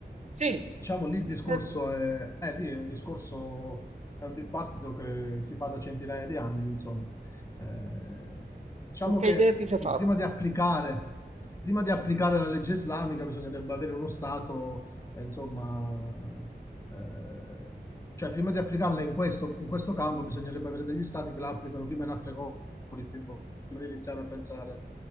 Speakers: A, on the right; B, on the left.
A: Sì,
B: Diciamo lì il discorso
A: eh,
B: è, eh, lì è un discorso, è un dibattito che si fa da centinaia di anni, insomma. Eh, diciamo
A: e che
B: che
A: idea ti sei fa
B: prima di applicare, prima di applicare la legge islamica bisognerebbe avere uno Stato, eh, insomma, eh, cioè prima di applicarla in questo, in questo campo bisognerebbe avere degli Stati che la applicano prima in altre cose, prima di iniziare a pensare